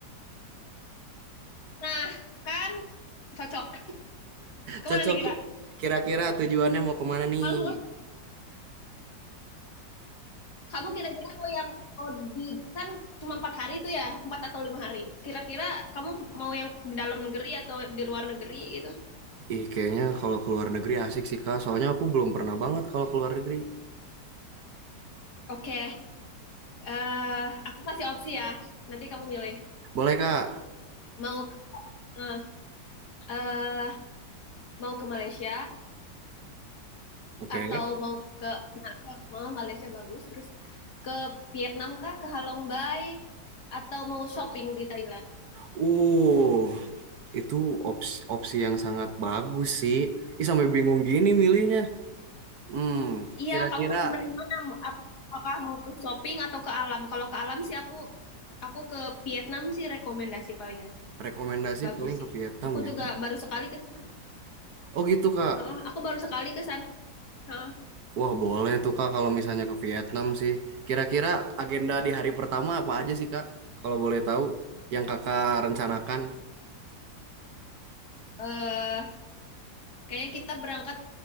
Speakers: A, on the left; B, on the right.
A: Nah, kan cocok. Kemana
B: Cocok
A: nih kita?
B: kira-kira tujuannya mau kemana nih?
A: Kamu kamu kira-kira mau yang mau di kan cuma empat hari tuh ya, empat atau lima hari. Kira-kira kamu mau yang di dalam negeri atau di luar negeri gitu?
B: Ih, kayaknya kalau ke luar negeri asik sih, Kak. Soalnya aku belum pernah banget kalau ke luar negeri.
A: Oke, eh aku kasih opsi ya. Nanti kamu milih
B: Boleh, Kak?
A: mau eh eh, mau ke Malaysia
B: Oke.
A: atau mau ke nah, mau Malaysia bagus terus ke Vietnam kah, ke Halong Bay atau mau shopping di Thailand?
B: Uh, itu opsi, opsi yang sangat bagus sih. Ih, sampai bingung gini milihnya. Hmm,
A: Iya,
B: kira-kira
A: kamu mending mana? Ap- Apakah mau ke shopping atau ke alam? Kalau ke alam sih aku aku ke Vietnam sih rekomendasi palingan.
B: rekomendasi
A: Bagus
B: paling
A: sih.
B: ke Vietnam
A: Aku
B: ya.
A: juga baru sekali ke sana.
B: Oh gitu, Kak.
A: Heeh, aku baru sekali ke sana. Heeh.
B: Wah, boleh tuh, Kak, kalau misalnya ke Vietnam sih. Kira-kira agenda di hari pertama apa aja sih, Kak? Kalau boleh tahu, yang Kakak rencanakan.
A: Eh, kayaknya kita berangkat